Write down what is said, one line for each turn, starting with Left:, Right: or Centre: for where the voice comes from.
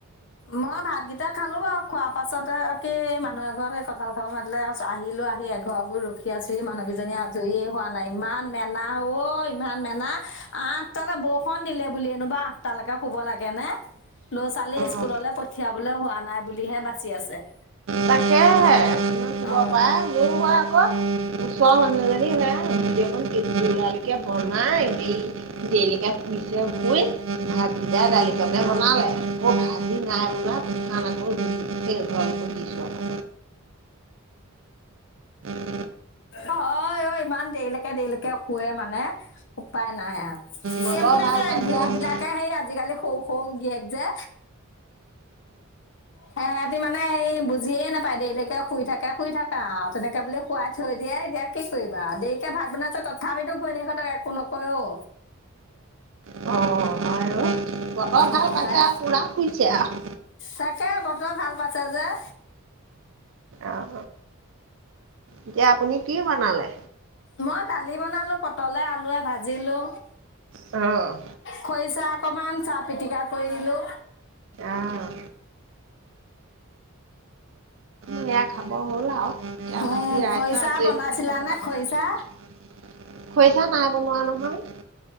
Left: মই ভাতকিটা খালো বাৰু খোৱা পাছতে কি মানুহ এ ঘৰত সেই কঁঠাল কঁাল মাতিলে আহিলো আহি এঘৰবোৰ ৰখি সীয়া চৰিী মানুহকেইজনী আজৰিয়ে হোৱা নাই ইমান মেনা অ' ইমান মেনা আঠটালৈ বৰষুণ দিলে বুলি এনোবা আঠটালৈকে শুব লাগেনেে ল'ৰা ছোৱালী স্কুললৈ
Right: অ
Left: পঠিয়াবলৈ হোৱা নাই বুলিহে বাচি আছে
Right: তাকেহে তমি
Left: অ
Right: খবৰ পাই মোৰ হয় ওচৰৰ মানুহজনী হেকলকে বনাই হেৰি তেলকে শুইছে শুই ভাজি দালিকে বনালে ভাজি নাই বলা আান আকৌ স ঘৰ সো দিছো উম উম উ
Left: অ অ ইমান দেৰিলৈকে দেৰিলৈকে শুৱে মানে উপায় নাই আৰু
Right: বতৰ
Left: এইবিলাকে
Right: ভাল পাইছে
Left: গয়েক
Right: আৰু
Left: বিলাকে সেই আজিকালি সৰু সৰু গীয়েক যে সেহহতি মানে সে বুজিয়ে নাপায় দেেইতাকে শুই থাকে শুই থাককা তেনেকে বুলি শুৱাই থৈ দিয়ে এতিয়া কি কৰিবা দেৰিকে ভাত বনাইছ তথাপিতো হঁতক একো নকয় অ
Right: অ হয় বতৰ ভাল
Left: অ
Right: পাইছে
Left: তাই
Right: আৰু পূৰা শুইছে আৰু
Left: তাকে বতৰ ভাল পাঁচ হাজাৰ
Right: অঁ এতিয়া আপুনি কি বনালে
Left: মই দালি বনালো পটলে আলুৱে ভাজিলো
Right: অ
Left: খৰিচা অকমান চাহ পিতিিকা কৰি দিলো
Right: অঁ সেয়া খাব হ'ল আৰু এতিয়া
Left: উম
Right: বাকী ৰাইজৰ
Left: খৰিচা
Right: আজৰি
Left: বনাইছিলা
Right: হলে খাব
Left: নে
Right: আৰু
Left: খৰিচা
Right: খৰিচা নাই বনোৱা নহয়